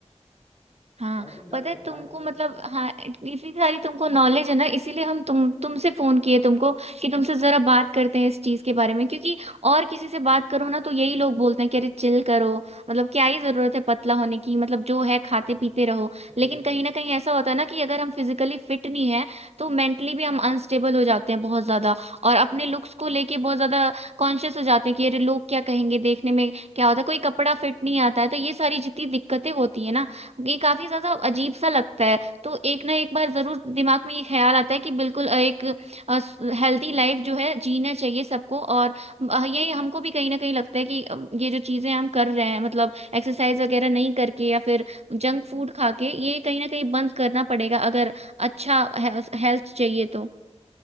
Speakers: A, on the right; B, on the left.
A: हाँ
B: और तुम डाइट
A: पता है
B: डाइट
A: तुमको
B: में
A: मतलब हाँ इतनी सारी तुमको नॉलेज है ना इसीलिए हम तुम तुमसे फोन किए तुमको कि तुमसे जरा बात करते हैं इस चीज के बारे में क्योंकि और किसी से बात करो ना तो यही लोग बोलते हैं कि अरे चिल करो मतलब क्या ही जरूरत है पतला होने की मतलब जो है खाते
B: नहीं
A: पीते रहो
B: यानी
A: लेकिन कहीं ना कहीं ऐसा होता है ना कि अगर हम फिजिकली फिट नहीं है तो मेंटली भी हम अनस्टेबल हो जाते हैं बहुत ज्यादा और अपने लुक्स को लेके बहुत ज्यादा कॉन्शियस हो जाते हैं कि अरे लोग क्या कहेंगे देखने में क्या होता है कोई कपड़ा फिट नहीं आता है तो ये सारी जितनी दिक्कतें होती है ना ये काफी ज्यादा अजीब सा लगता है तो एक ना एक बार जरूर दिमाग में ये ख्याल आता है कि बिल्कुल अ, एक हेल्दी लाइफ जो है जीना चाहिए सबको और अ, ये हमको भी कहीं ना कहीं लगता है कि अ, ये जो चीजें हम कर रहे हैं मतलब एक्सरसाइज वगैरह नहीं करके या फिर जंक फूड खा के ये कहीं ना कहीं बंद करना पड़ेगा अगर अच्छा हेल्थ चाहिए तो